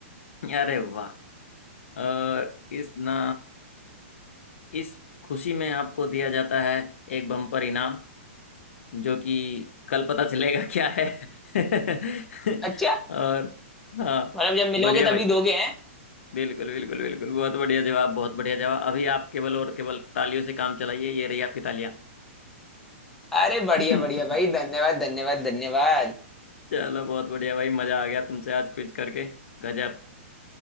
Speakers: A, on the left (about 70°); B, in the centre.
A: अरे वाह और इस ना इस खुशी में आपको दिया जाता है एक बम्पर इनाम जो कि कल पता चलेगा क्या है <laughs>
B: अच्छा
A: और हाँ
B: मतलब जब मिलोगे
A: बढ़िया भाई
B: तभी दोगे हैं
A: बिल्कुल बिल्कुल बिल्कुल बहुत बढ़िया जवाब बहुत बढ़िया जवाब अभी आप केवल और केवल तालियों से काम चलाइए ये रही आपकी तालियां
B: अरे बढ़िया
A: <laughs>
B: बढ़िया भाई धन्यवाद धन्यवाद धन्यवाद
A: चलो बहुत बढ़िया भाई मजा आ गया तुमसे आज क्विज करके गजब